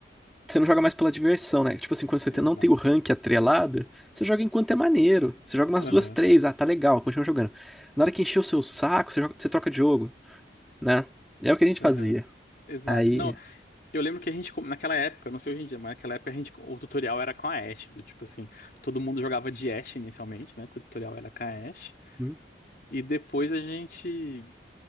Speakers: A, in the centre; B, on the left (about 50°).
A: você não joga mais pela diversão, né? Tipo assim, quando você
B: <laughs> Exato.
A: tem- não tem o rank atrelado, você joga enquanto é maneiro. Você joga umas
B: Aham.
A: duas, três, ah, tá legal, continua jogando. Na hora que encher o seu saco, você, joga- você troca de jogo, né? É o que a gente fazia.
B: Aham. Exato.
A: Aí,
B: Não, eu lembro que a gente, como- naquela época, não sei hoje em dia, mas naquela época a gente, o tutorial era com a Ashe, do tipo assim, todo mundo jogava de Ashe inicialmente, né? Porque o tutorial era com a Ashe.
A: hum,
B: E depois a gente.